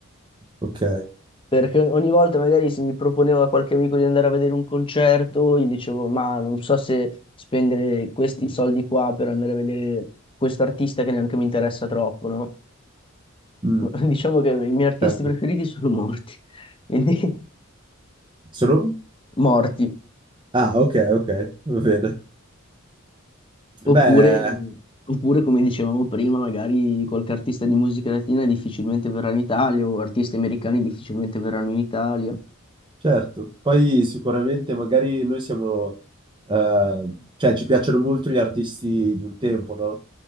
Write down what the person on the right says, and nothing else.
Ok,
Mm,
certo.
Sono,
Ah, ok, ok, va bene.
Beh,
certo. Poi sicuramente magari noi siamo, eh, cioè ci piacciono molto gli artisti di un tempo, no?